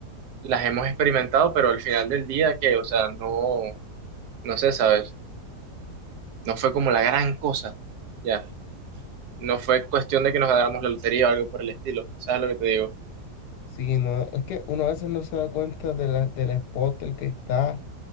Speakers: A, on the right; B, on the left.
A: las hemos experimentado, pero al final del día que, o sea, no, no sé, ¿sabes? No fue como la gran cosa, ya. No fue cuestión de que nos ganáramos la lotería o algo por el estilo, ¿sabes lo que te digo?
B: Sí, no, es que uno a veces no se da cuenta de la, del spot el que está,